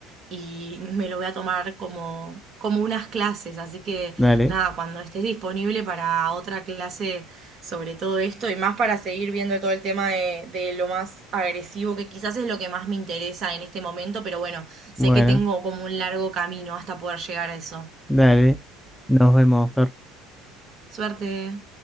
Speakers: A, on the right; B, in the centre.
A: y me lo voy a tomar como, como unas clases. Así que
B: dale,
A: nada, cuando estés disponible para otra clase sobre todo esto y más para seguir viendo todo el tema de, de lo más agresivo, que quizás es lo que más me interesa en este momento, pero bueno, sé
B: bueno,
A: que tengo como un largo camino hasta poder llegar a eso.
B: dale. Nos vemos, Flor.
A: Suerte.